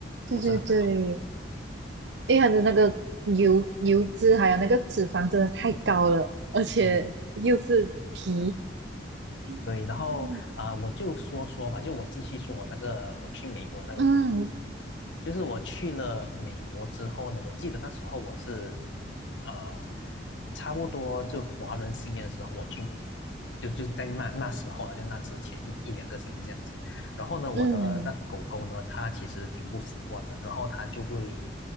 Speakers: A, on the right; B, on the left.
A: 对对对，
B: 不是很好。
A: 因为它的那个油油脂还有那个脂肪真的太高了，而且又是皮，
B: 对
A: 嗯
B: 对，然后啊、呃我就说说吧，就我继续说我那个我去美国那个，
A: 嗯
B: 就是我去了美国之后呢，我记得那时候我是啊呃差不多就华人新年的时候我去美国，就就在那那时候啊，就那之前一一两个星期这样子。然后呢，我的那狗狗呢，
A: 嗯，
B: 它其实挺不习惯的，然后它就会，